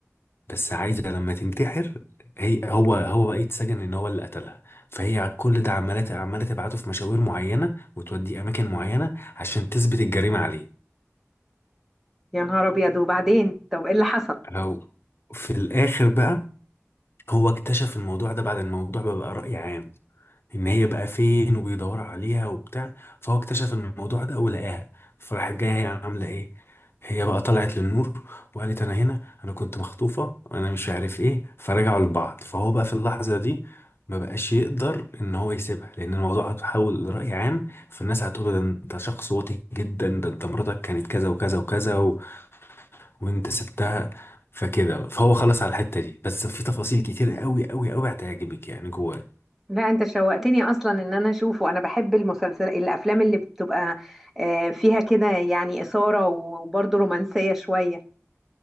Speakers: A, on the left; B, in the centre.
A: بس عايزه لما تنتحر هي هو هو بقى يتسجن ان هو اللي قتلها فهي على كل ده عماله عماله تبعته في مشاوير معينه وتوديه اماكن معينه عشان تثبت الجريمه عليه
B: يا نهار ابيض وبعدين طب ايه اللي حصل
A: او في الاخر بقى هو اكتشف الموضوع ده بعد الموضوع بقى بقى رأي عام ان هي بقى فين وبيدور عليها وبتاع فهو اكتشف الموضوع ده ولقاها فراحت جايه هي عامله ايه هي بقى طلعت للنور وقالت انا هنا انا كنت مخطوفه انا مش عارف ايه فرجعوا لبعض فهو بقى في اللحظه دي ما بقاش يقدر ان هو يسيبها لان الموضوع اتحول لرأي عام فالناس هتقول ده انت شخص واطي جدا ده انت مراتك كانت كذا وكذا وكذا و... وانت سبتها فكده فهو خلص على الحته دي بس في تفاصيل كتير قوي قوي قوي هتعجبك يعني جواه
B: لا انت شوقتني اصلا ان انا اشوفه انا بحب المسلسل الافلام اللي بتبقى آه، فيها كده يعني اثاره وبرضه رومانسيه شويه